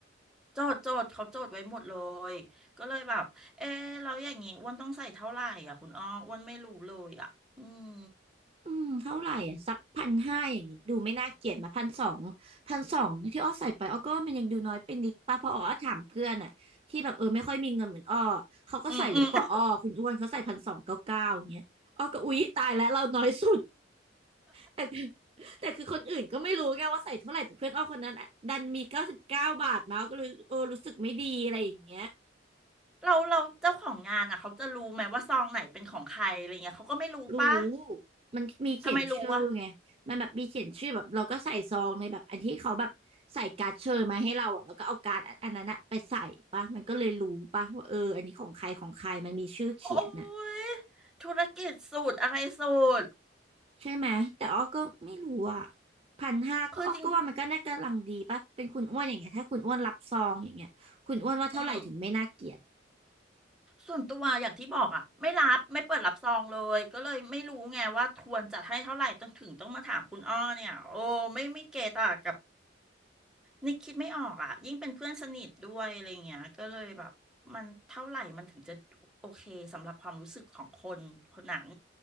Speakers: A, in the centre; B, on the right.
A: โจทย์โจทย์เขาโจทย์ไว้หมดเลยก็เลยแบบเออเราอย่างงี้อ้วนต้องใส่เท่าไหร่อ่ะคุณอ้ออ้วนไม่รู้เลยอ่ะอืม
B: อืมเท่าไหร่อ่ะสักพันห้าอย่างงี้ดูไม่น่าเกลียดมาพันสองพันสองที่อ้อใส่ไปอ้อก็ว่ามันยังดูน้อยไปนิดป่ะเพราะอ้อถามเพื่อนอ่ะที่แบบเออไม่ค่อยมีเงินเหมือนอ้อเขาก็ใส่เยอะกว่าอ้อคุณอ้วนเขาใส่พันสองเก้าเก้าอย่างเงี้ยอ้อก็อุ๊ยตายแล้วเราน้อยสุด
A: อืมอืม <laughs>
B: แต่ แต่คือคนอื่นก็ไม่รู้ไงว่าใส่เท่าไหร่แต่เพื่อนอ้อคนนั้นอะดันมีเก้าสิบเก้าบาทมาก็เลยเออรู้สึกไม่ดีอะไรอย่างเงี้ย
A: เราเราเจ้าของงานอ่ะเขาจะรู้ไหมว่าซองไหนเป็นของใครอะไรเงี้ยเขาก็ไม่รู้ป่ะ
B: รู้มันมีเขียนชื่อไงมันแบบมีเขียนชื่อแบบเราก็ใส่ซองในแบบอันที่เขาแบบใส่การ์ดเชิญมาให้เราอ่ะแล้วก็เอาการ์ดอันนั้นอะไปใส่ปะมันก็เลยรู้ปะว่าเอออันนี้ของใครของใครมันมีชื่อเขียนน่ะ
A: ทำไมรู้อ่ะโอ้ยธุรกิจสูตรอะไรสูตร
B: ใช่ไหมแต่อ้อก็ไม่รู้อ่ะพันห้าก็อ้อก็ว่ามันก็น่ากำลังดีปะเป็นคุณอ้วนอย่างเงี้ยถ้าคุณอ้วนรับซองอย่างเงี้ยคุณอ้วนว่าเท่าไหร่ถึงไม่น่าเกลียด
A: คือจริงอืมส่วนตัวอย่างที่บอกอ่ะไม่รับไม่เปิดรับซองเลยก็เลยไม่รู้ไงว่าควรจะให้เท่าไหร่ต้องถึงต้องมาถามคุณอ้อเนี่ยโอ้ไม่ไม่เกตากับ นิกคิดไม่ออกอ่ะยิ่งเป็นเพื่อนสนิทด้วยอะไรเงี้ยก็เลยแบบมันเท่าไหร่มันถึงจะโอเคสำหรับความรู้สึกของคนคนนั้น